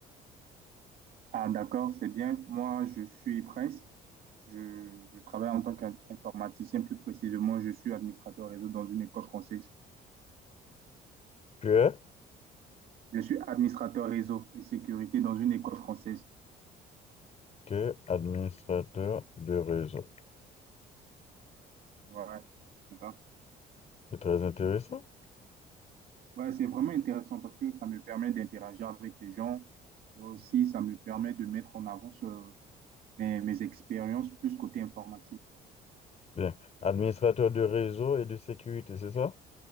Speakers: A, on the right; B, on the left.
A: Ah, d'accord, c'est bien. Moi, je suis Prince. Je, je travaille en tant qu'informaticien. Plus précisément, je suis administrateur réseau dans une école française.
B: tu es
A: Je suis administrateur réseau et sécurité dans une école française.
B: tu es administrateur de réseau.
A: Voilà, c'est ça.
B: C'est très intéressant.
A: Ouais, c'est vraiment intéressant parce que ça me permet d'interagir avec des gens et aussi ça me permet de mettre en avant ce- mes, mes expériences plus côté informatique, quoi.
B: Bien. Administrateur de réseau et de sécurité, c'est ça?